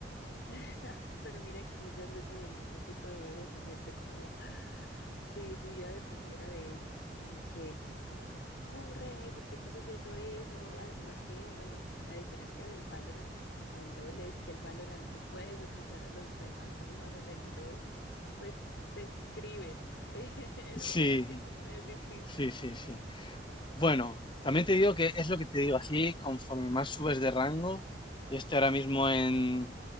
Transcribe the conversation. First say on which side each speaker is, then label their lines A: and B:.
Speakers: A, on the left; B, on the left.
A: <laughs> Pero mira que muchas veces en ese tipo de juegos se siente como <gasps> "Ah, si tu vida dependiera de ello. Como que, ¿cómo se te ocurre? ¿Por qué estás haciendo eso? Además que, bueno, la diferencia del Valorant al LOL es que el Valorant tú puedes escuchar a los demás, menos mal en el LOL, pues te escriben, <laughs> pero
B: Sí,
A: bueno, es, dif- es distinto.
B: sí, sí, sí. Bueno, también te digo que es lo que te digo, así conforme más subes de rango, yo estoy ahora mismo en,